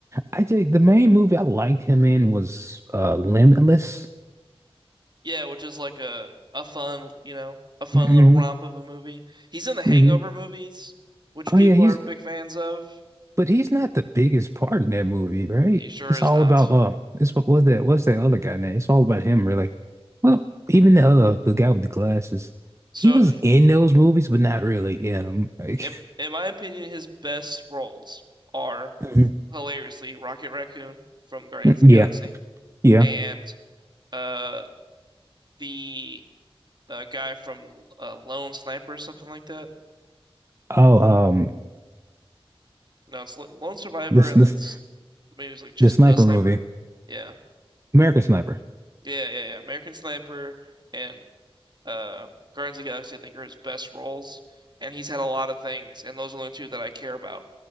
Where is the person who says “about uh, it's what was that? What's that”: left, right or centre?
Right